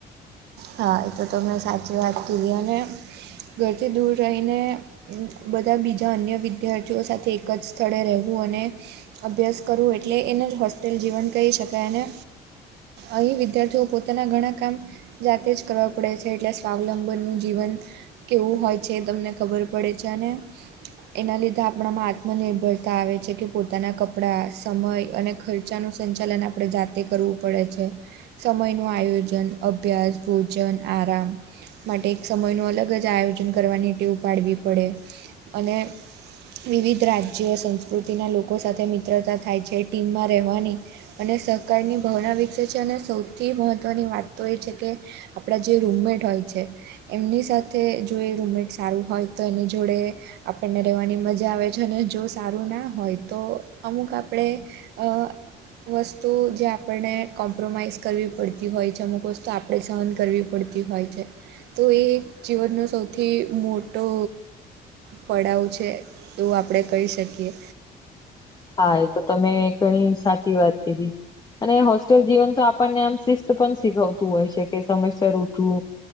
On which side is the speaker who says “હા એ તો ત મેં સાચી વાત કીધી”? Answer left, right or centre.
Right